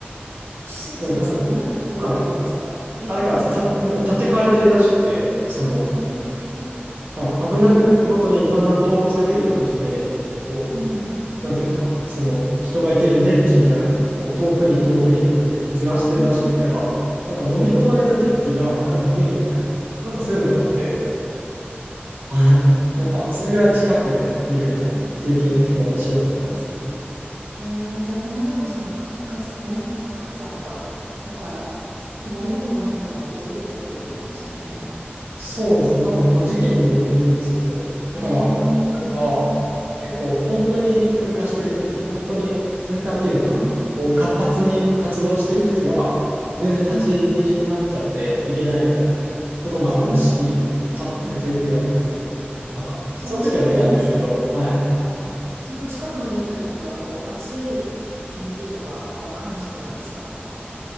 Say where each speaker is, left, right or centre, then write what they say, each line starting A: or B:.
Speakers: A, on the right; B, on the right.
A: 施設がどうやって動けるんですかえ、
B: なんかそはい。あ、だから、
A: 押されて、
B: た、なんか立て替えてるらしくて、その、
A: あ、建て替えて、
B: はい、
A: へえ、
B: 危なくなるごとにだんだん遠ざける感じで、こ
A: うん、
B: う、なんていうんですか、その人が行けるデッキみたいなのをこう遠くに遠くにってずらしてるらしくて、
A: うん、
B: だから、なんか飲み込まれたデッキが前見えるみたいな、なんかそういうのがあって、
A: へえ、
B: はい、
A: へえ、
B: なんかそれぐらい近くで見るみたいな経験で結構面白かったですね。
A: なるほどへじゃあ今でもその核活、え、活火山か。だから、今でもマグマが出てるってことなんですよね。
B: そうですね。多分、まあ、時期にもよると思うんですけど、
A: うん
B: だから、
A: えー、
B: なんか、
A: すごい。
B: 結構本当に噴火してるとき、本当に噴火っていうのかな、
A: うん、
B: こう活発に活動してるときは、
A: うん、
B: 全然立ち入り禁止になっちゃっていけないみたいなこともあるらしかった記憶がありますね。
A: うん。あ、そうなん、うん。
B: なんか、
A: その近くまで
B: その時はいけたんですけど、はい。
A: あーその近くまで行った時は、こう、暑い熱気とかは感じたんですか